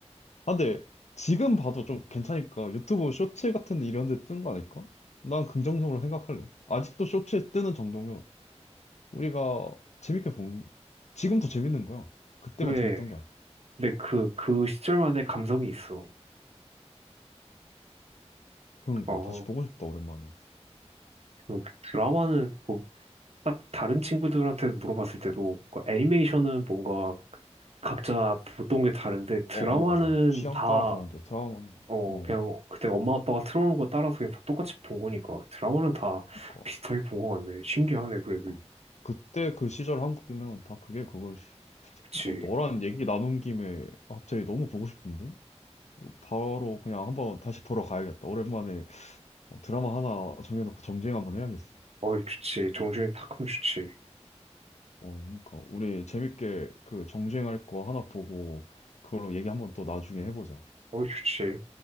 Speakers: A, on the left; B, on the right.
A: 아, 근데 지금 봐도 좀 괜찮으니까 유튜브 쇼츠 같은 데 이런 데 뜬 거 아닐까? 난 긍정적으로 생각할래. 아직도 쇼츠에 뜨는 정도면 우리가 재밌게 본, 지금도 재밌는 거야. 그때만
B: 그래
A: 재밌던 게 아니야.
B: 근데 그, 그 시절만의 감성이 있어.
A: 그러니까
B: 어,
A: 다시 보고 싶다 오랜만에.
B: 그 드라마는 뭐, 딱 다른 친구들한테 물어봤을 때도 그 애니메이션은 뭔가 각자 보던 게 다른데 드라마는
A: 어, 어 맞아. 취향
B: 다,
A: 따라 다른데 드라마는
B: 어,
A: 어
B: 그냥 그때 엄마 아빠가 틀어놓은 거 따라서 그냥 다 똑같이 본 거니까 드라마는 다
A: 그러니까
B: 비슷하게 본 거 같네. 신기하네, 그래도.
A: 어. 그때 그 시절 한국이면 다 그게 그거지.
B: 그치.
A: 어, 너랑 얘기 나눈 김에 갑자기 너무 보고 싶은데 어, 바로 그냥 한번 다시 보러 가야겠다. 오랜만에 어, 드라마 하나 정해놓고 정주행 한번 해야겠어.
B: 어, 좋지. 정준이 탁하면 좋지.
A: 어 그러니까 우리 재밌게 그 정주행할 거 하나 보고 그걸로 얘기 한번 또 나중에 해보자.
B: 어, 좋지.